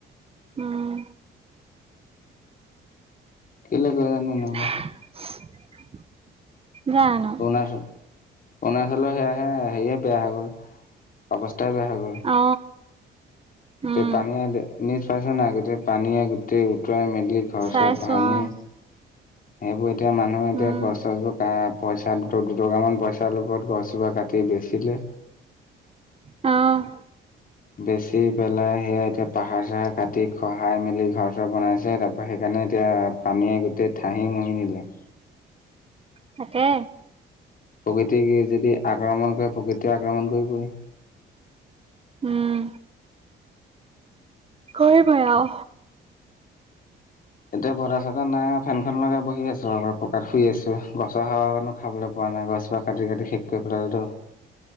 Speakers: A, on the right; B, on the left.
A: উম।
B: কেলে কৰে জানো? এনেকুৱা
A: হাঁহ্ হুঁ, জানো!
B: অৰুণাচল, অৰুণাচলৰ সেয়াহে হেৰিয়ে বেয়া হৈ গ'ল। অৱস্থাই বেয়া হৈ গ'ল।
A: অ
B: গোটেই
A: উম
B: পানীয়ে দে--নিউজ পাইছ নাই? গোটেই পানীয়ে গোটেই উতুৱাই মেলি ঘৰ-চৰ
A: চাইছো
B: ভাঙি।
A: অ
B: সেইবোৰ এতিয়া মানুহে এতিয়া
A: উম
B: গছ - চছবোৰ বা পইচা দুট দুটকামান পইচা লোভত গছজোপা কাটি বেচিলে।
A: অঁহ্।
B: বেছি পেলাই সেয়া এতিয়া পাহাৰ-চাহাৰ কাটি খহাই মেলি ঘৰ-চৰ বনাইছে। তাৰপৰা সেইকাৰণে এতিয়া পানীয়ে গোটেই ঠাহি মুহি নিলে।
A: তাকে।
B: প্ৰকৃতিক যদি আক্ৰমণ কৰে, প্ৰকৃতিয়ে আক্ৰমণ কৰিবই।
A: উম। খহি পৰে আও।
B: এতিয়া বতাহ-চতাহ নাই ফেনখন লগাই বহি আছোঁ। পকাত শুই আছোঁ। গছৰ হাৱা অকনো খাবলে পোৱা নাই। গছজোপাক কাটি কাটি শেষ কৰি পেলালেটো।